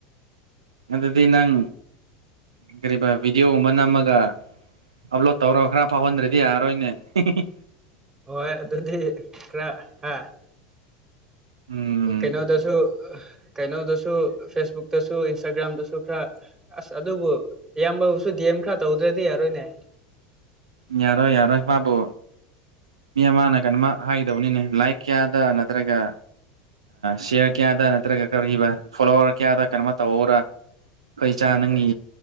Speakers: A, on the right (about 80°); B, on the right (about 25°).
A: ꯑꯗꯨꯗꯤ ꯅꯪ ꯀꯔꯤꯕ ꯚꯤꯗꯤꯑꯣ ꯑꯃ ꯅꯝꯃꯒ ꯑꯞꯂꯣꯗ ꯇꯧꯔꯒ ꯈꯔ ꯐꯥꯎꯍꯟꯗ꯭ꯔꯗꯤ ꯌꯥꯔꯣꯏꯅꯦ ꯍꯤ ꯍꯤ ꯍꯤ
B: ꯍꯣꯏ ꯑꯗꯨꯗꯤ ꯈꯔ ꯍꯥ
A: ꯎꯝ
B: ꯀꯩꯅꯣꯗꯁꯨ ꯀꯩꯅꯣꯗꯁꯨ ꯐꯦꯁꯕꯨꯛꯇꯁꯨ ꯏꯟꯁꯇꯥꯒ꯭ꯔꯥꯝꯗꯁꯨ ꯈꯔ ꯑꯁ ꯑꯗꯨꯕꯨ ꯏꯌꯥꯝꯕꯕꯨꯁꯨ ꯗꯤꯑꯦꯝ ꯈꯔ ꯇꯧꯗ꯭ꯔꯗꯤ ꯌꯥꯔꯣꯏꯅꯦ
A: ꯌꯥꯔꯣꯏ ꯌꯥꯔꯣꯏ ꯃꯥꯕꯨ ꯃꯤ ꯑꯃꯅ ꯀꯩꯅꯣꯃ ꯍꯥꯏꯒꯗꯕꯅꯤꯅꯦ ꯂꯥꯏꯛ ꯀꯌꯥꯗ ꯅꯠꯇ꯭ꯔꯒ ꯁꯤꯌꯥꯔ ꯀꯌꯥꯗ ꯇꯔꯒ ꯀꯔꯤꯕ ꯐꯣꯂꯣꯋꯥꯔ ꯀꯦꯌꯥꯗ ꯀꯩꯅꯦꯝꯃ ꯇꯧ ꯑꯣꯔ ꯈꯣꯏꯆꯥ
B: ꯎꯝ
A: ꯅꯪꯒꯤ